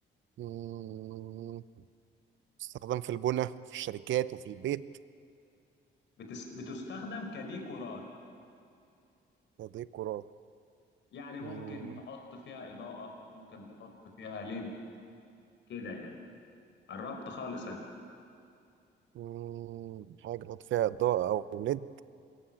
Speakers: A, on the right; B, on the left.
A: مم. استخدام في البنى في الشركات وفي البيت
B: بتس... بتستخدم كديكورات
A: تضييق القرار
B: يعني ممكن
A: مم.
B: تحط فيها اضاءه ممكن تحط فيها ليد كده يعني قربت خالص انا
A: مم. حاجة بحط فيها إضاءة أو ليد